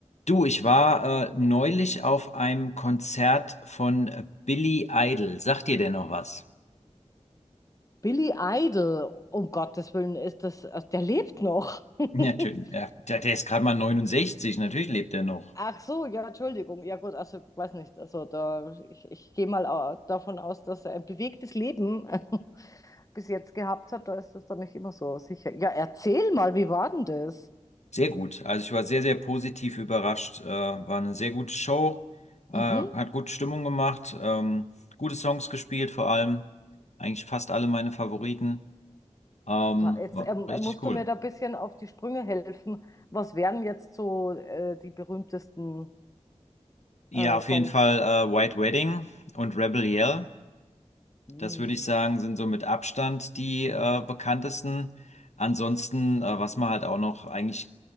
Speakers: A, on the left; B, on the left.
A: Du, ich war äh, neulich auf einem Konzert von äh, Billy Idol. Sagt dir der noch was?
B: Billy Idol, um Gottes Willen, ist das, also der lebt noch.
A: <laughs>
B: <laughs>
A: Natürlich, ja. Der, der ist gerade mal 69, natürlich lebt er noch.
B: Ach so, ja, Entschuldigung. Ja gut, also weiß nicht. Also da, ich, ich gehe mal au- davon aus, dass er ein bewegtes Leben <laughs> bis jetzt gehabt hat. Da ist das dann nicht immer so sicher. Ja, erzähl mal, wie war denn das?
A: Sehr gut. Also ich war sehr, sehr positiv überrascht. Äh, war eine sehr gute Show, äh,
B: Mhm.
A: hat gute Stimmung gemacht, ähm, gute Songs gespielt vor allem. Eigentlich fast alle meine Favoriten. Ähm,
B: Wa- Jetzt
A: war
B: ähm,
A: richtig
B: musst
A: cool.
B: du mir da ein bisschen auf die Sprünge helfen. Was wären jetzt so äh, die berühmtesten
A: Ja,
B: äh,
A: auf
B: Songs?
A: jeden Fall äh, White Wedding und Rebel Yell.
B: Hm.
A: Das würde ich sagen, sind so mit Abstand die äh, bekanntesten. Ansonsten, äh, was man halt auch noch eigentlich